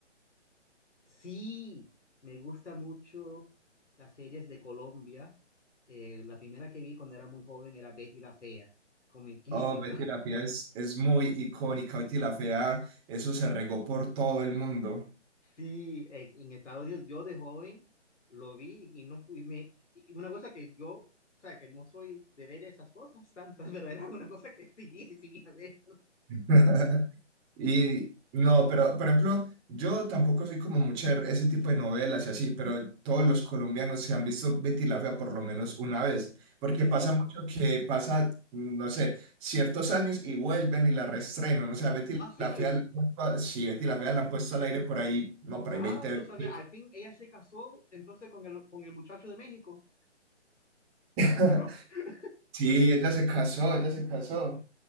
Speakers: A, on the left; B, on the right.
A: Sí, me gusta mucho las series de Colombia. Eh, la primera que vi cuando era muy joven era Betty la Fea, comiquísima.
B: Oh, Betty la Fea es, es muy icónica, Betty la Fea, eso se regó por todo el mundo.
A: Sí, eh, en Estados Unidos yo de joven lo vi y no pude, me, y una cosa que yo, o sea, que no soy de ver esas cosas tantas, <laughs> pero era una cosa que <laughs> seguía, seguía ver.
B: <laughs> Y no, pero por ejemplo, yo tampoco soy como mucho de ese tipo de novelas y así, pero todos los colombianos se han visto Betty la Fea por lo menos una vez, porque
A: Sí,
B: pasa mucho que pasa, no sé, ciertos años y vuelven y la reestrenan, o sea, Betty
A: así.
B: la Fea, la han puesto a- sí, Betty la Fea la han puesto al aire por ahí, no, por
A: Ah,
B: ahí veinte
A: no sabía.
B: veces.
A: Al fin ella se casó entonces con el, con el muchacho de México,
B: <laughs>
A: ¿o no? <laughs>
B: Sí, ella se casó, ella se casó.